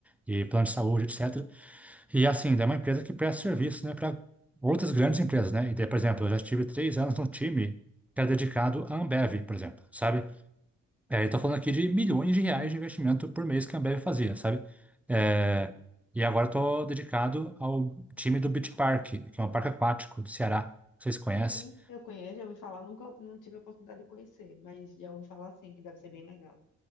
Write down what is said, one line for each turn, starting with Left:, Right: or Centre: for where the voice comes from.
Centre: e plano de saúde, etc. E assim, daí é uma empresa que presta serviço, né, para outras grandes empresas, né? E daí, por exemplo, eu já tive três anos num time que era dedicado à Ambev, por exemplo, sabe? É, eu tô falando aqui de milhões de reais de investimento por mês que a Ambev fazia, sabe? É,
Left: Sim, sim.
Centre: e agora eu tô dedicado ao time do Beach Park, que é um parque aquático do Ceará, vocês conhecem?
Left: Sim, eu conheço, eu ouvi falar, nunca não tive a oportunidade de conhecer, mas já ouvi falar sim, que deve ser bem legal.